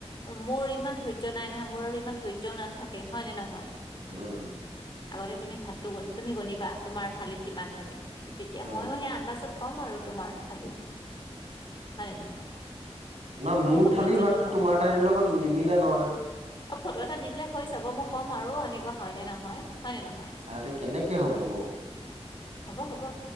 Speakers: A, on the left (about 40°); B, on the right (about 85°).
A: মোৰ ইমান ধৈৰ্য্য নাই নহয়। মোৰ আৰু ইমান ধৈৰ্য্যও নাথাকে হয় নে নহয়?
B: উম',
A: আগতে তুমি ভাতটো তুমি গণিবা তোমাৰ থালিত কিমান থাকে। তেতিয়া
B: উম,
A: মইয়ো, সেই আন্দাজত কম আৰু তোমাৰ থালিত হয়নে নহয়?
B: নহয়। মোৰ
A: আগত
B: থালিৰ
A: সহ্যটো
B: ভাতটো
A: কম
B: তোমাৰ থালিৰ লগত নিমিলে নহয়।
A: অ', ফটো এটা দি দিলে হৈ যাব। মই ক'ম আৰু এনেকুৱা হয় নে নহয়, হয় নে নহয়?
B: আৰে কেনেকে হ'ব।
A: হ'ব, হ'ব।